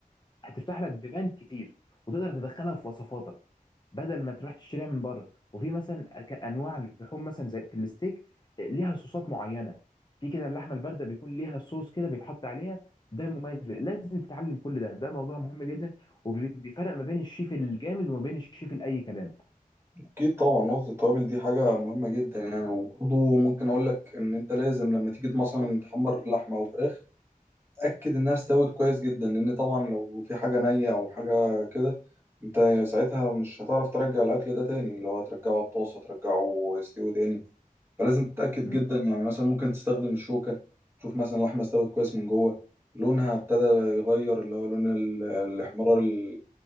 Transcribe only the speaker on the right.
أكيد طبعا نقطة التوابل دي حاجة مهمة جدا يعني وبرضه ممكن أقول لك إن أنت لازم لما تيجي مثلا تحمر لحمة أو فراخ اتاكد انها استوت كويس جدا لان طبعا لو في حاجه نيه او حاجه كده انت ساعتها مش هتعرف ترجع الاكل ده تاني اللي هو ترجعه على الطاسه ترجعه يستوي تاني فلازم تتاكد
جدا يعني مثلا ممكن تستخدم الشوكه تشوف مثلا اللحمه استوت كويس من جوه لونها ابتدى يغير اللي هو لون ال- الاحمرار ال-